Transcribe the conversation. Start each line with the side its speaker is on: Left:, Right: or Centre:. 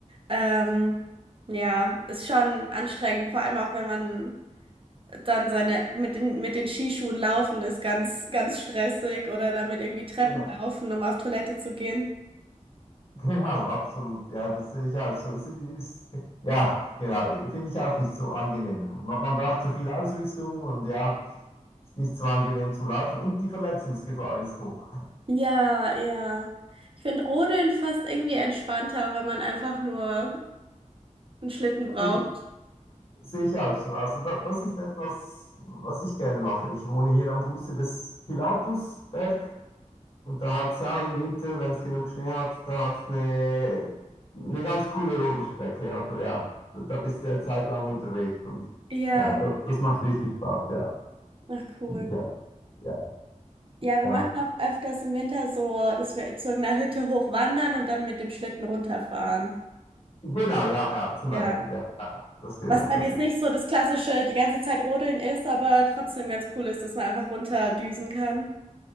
Right: Ähm, ja, ist schon anstrengend, vor allem auch wenn man dann seine mit den, mit den Skischuhen laufen ist ganz, ganz stressig oder damit irgendwie Treppen
Left: Genau.
Right: laufen, um auf Toilette zu gehen.
Left: Genau, absolut. Ja, das sehe ich auch so. Es ist, ja, genau. Finde ich auch nicht so angenehm. Man, man braucht so viel Ausrüstung und ja, ist nicht so angenehm zum Laufen. Und die Verletzungsgefahr ist hoch.
Right: Ja, ja. Ich finde Rodeln fast irgendwie entspannter, weil man einfach nur einen Schlitten braucht.
Left: Sehe sehe ich auch so. Also da, das ist etwas, was ich gerne mache. Ich wohne hier am Fuße des Pilatusberg und da hat es auch im Winter, wenn es genug Schnee hat, da hat es eine, eine ganz coole Rodelstrecke. Also ja, da da bist du eine Zeit lang unterwegs und
Right: Ja,
Left: ja, das, das macht richtig Spaß, ja.
Right: ach cool.
Left: Finde ich ja, ja,
Right: Ja, wir
Left: ja.
Right: machen auch öfters im Winter so, dass wir zu irgendeiner Hütte hochwandern und dann mit dem Schlitten runterfahren.
Left: Genau, ja, ja, zum
Right: Ja.
Left: Beispiel, ja, ja, das genau,
Right: Was dann
Left: das
Right: jetzt
Left: ist.
Right: nicht so das klassische die ganze Zeit Rodeln ist, aber trotzdem ganz cool ist, dass man einfach runterdüsen kann.